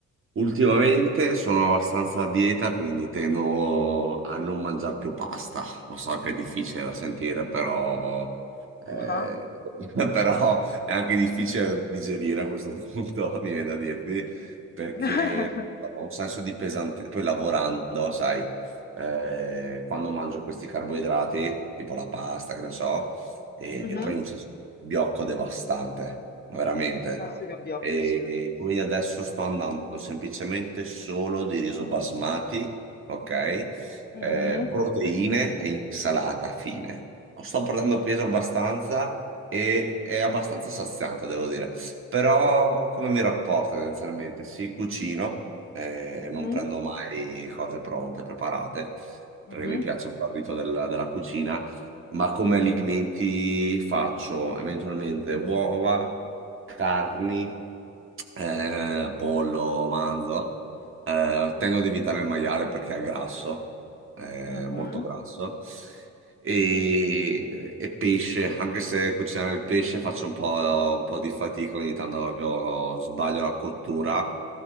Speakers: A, on the right (about 45°); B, on the left (about 35°).
A: Ultimamente sono abbastanza a dieta, quindi tendo a non mangiare più pasta. Lo so che è difficile da sentire, però, eh,
B: Ah.
A: <laughs> però è anche difficile da digerire a questo punto, <laughs> mi viene da dirti, perché
B: <laughs>
A: ho un senso di pesantezza. Poi lavorando, sai, eh, quando mangio questi carboidrati, tipo la pasta, che ne so, e,
B: Mhm.
A: e poi un senso di blocco devastante, ma veramente.
B: Sì, classe gabbiotto,
A: E,
B: sì, lo
A: e
B: capisco.
A: quindi adesso sto andando semplicemente solo di riso basmati, ok?
B: Mhm.
A: Eh, proteine e insalata, fine. Sto portando peso abbastanza e è abbastanza saziante, devo dire. Però come mi rapporto tendenzialmente? Sì, cucino, eh,
B: Mhm.
A: non prendo mai cose pronte, preparate,
B: Mhm.
A: perché mi piace un po' il rito della, della cucina ma come alimenti faccio? Eventualmente uova, carni, eh, pollo, manzo. Eh, tendo ad evitare il maiale perché è grasso, è
B: Mhm.
A: molto grasso. E,
B: Mhm.
A: e pesce, anche se cucinare il pesce faccio un po', un po' di fatica, ogni tanto proprio sbaglio la cottura,